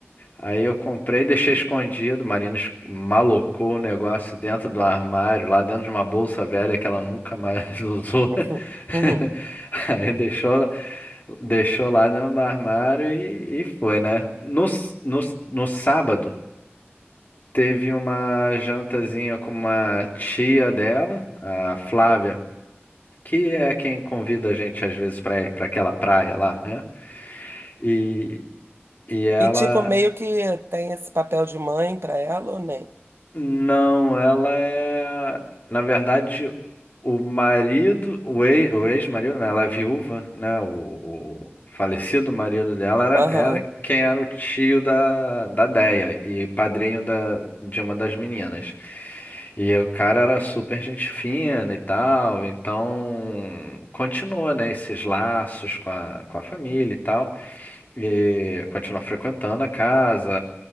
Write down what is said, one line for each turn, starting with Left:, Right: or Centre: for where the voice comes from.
Left: Aí eu comprei, deixei escondido. Marina es- malocou o negócio dentro do armário, lá dentro de uma bolsa velha que ela nunca mais <laughs> usou. <laughs>
Right: uhum, uhum.
Left: Aí deixou, deixou lá dentro do armário e, e foi, né? No, s- no, s- no sábado, teve uma jantazinha com uma tia dela, a Flávia, que é quem convida a gente às vezes para para aquela praia lá, né? E, e ela.
Right: E tipo, meio que tem esse papel de mãe pra ela ou nem?
Left: Não, ela é. Na verdade, o marido, o ex, o ex-marido, né? Ela é viúva, né? O, o falecido marido dela era,
Right: Aham,
Left: era quem era o tio da, da Déia e padrinho da, de uma das meninas. E o cara era super gente fina e tal, então continuou, né? Esses laços com a, com a família e tal. E continuar frequentando a casa.